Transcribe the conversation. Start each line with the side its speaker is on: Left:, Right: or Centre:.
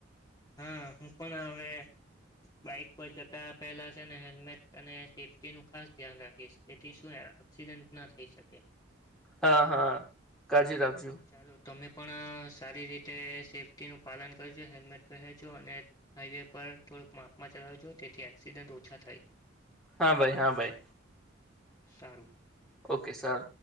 Left: હ હું પણ હવે બાઈક પર જતા પહેલા છે હેલ્મેટ અને સેફ્ટી નું ખાસ ધ્યાન રાખીશ, તેથી શું એક્સિડન્ટ ન થઈ શકે.
Centre: હા હા, કાળજી રાખજો.
Left: તો ચાલો તમે પણ સારી રીતે સેફ્ટીનું પાલન કરજો, હેલ્મેટ પહેરજો અને હાઈવે પર થોડુક માપમાં ચલાવજો તેથી એક્સિડન્ટ ઓછા થાય.
Centre: હા ભાઈ હા ભાઈ.
Left: સારું.
Centre: ઓકે સરર